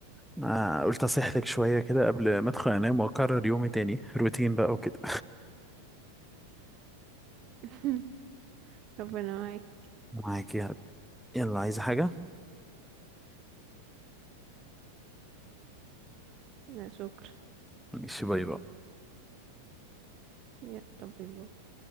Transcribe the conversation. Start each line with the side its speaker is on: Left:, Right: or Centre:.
Centre: أنا قلت أصيح لك شوية كده قبل ما أدخل أنام وأكرر يومي تاني روتين بقى وكده
Right: <laughs> ربنا معاك
Centre: <laughs> معاك يا رب يلا عايزة حاجة
Right: لا شكرا
Centre: ماشي باي باي
Right: يلا باي باي